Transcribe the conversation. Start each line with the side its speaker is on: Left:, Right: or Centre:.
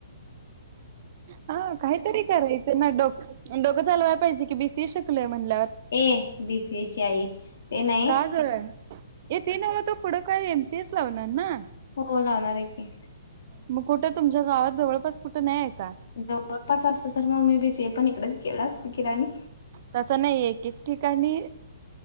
Right: हा,, काहीतरी करायचं ना डोकंऽऽ चालवाय पाहिजे की बि सी ई शीकलोय म्हण.
Left: A B C H I. ते नाही
Right: का ग, ये ते नव तू पुढं काय एमसीएस लावणार ना.
Left: हो लावणार आहे की.
Right: मग कुठं तुमच्या गावात जवळपास कुठं नाही. का
Left: जवळपास असत तर मम्मी बीसी आहे पण इकडेच केलं असते कि राणी.
Right: तस नाही एक, एक ठिकाणी